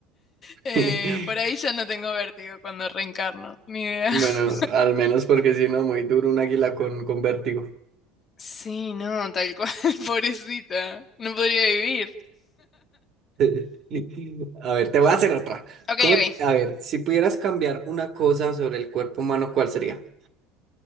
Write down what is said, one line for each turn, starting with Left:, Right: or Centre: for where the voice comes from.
Left: eh,
Right: <laughs>
Left: por ahí ya no tengo vértigo cuando reencarno, ni idea.
Right: Bueno,
Left: <laughs>
Right: al menos porque si no, muy duro un águila con, con vértigo.
Left: Sí, no, tal cual, <laughs> pobrecita, no podría vivir.
Right: <laughs> A ver, te voy a hacer otra.
Left: Ok,
Right: ¿Cómo,
Left: ok.
Right: a ver, si pudieras cambiar una cosa sobre el cuerpo humano, ¿cuál sería?